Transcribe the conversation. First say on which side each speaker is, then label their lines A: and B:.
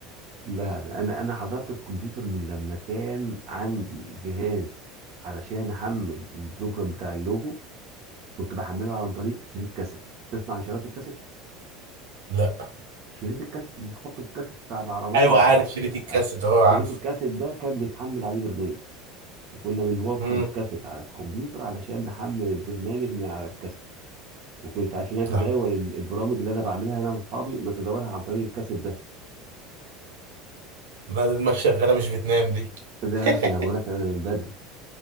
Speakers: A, on the right (about 50°); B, on the right (about 75°).
A: لا انا انا حضرت الكمبيوتر من لما كان عندي جهاز علشان احمل البروجرام بتاع اللوجو كنت بحمله عن طريق شريط كاسيت تسمع عن شريط الكاسيت
B: لا
A: شريط الكاسيت اللي تحطه في الكاسيت بتاع العربيه
B: ايوه
A: او
B: عارف
A: تحط
B: شريط الكاسيت
A: أي.
B: اهو عارفه
A: شريط الكاسيت ده كان بيتحمل عليه برنامج وكنا بنوصل
B: امم
A: الكاسيت على الكمبيوتر علشان نحمل البرنامج من على الكاسيت وكنت عشان اتداول
B: ده حوار
A: ال- البرامج اللي انا بعملها انا واصحابي نتداولها عن طريق الكاسيت ده
B: ده دماغ شغاله مش بتنام دي
A: ده
B: <laughs>
A: احنا بقول لك انا من بدري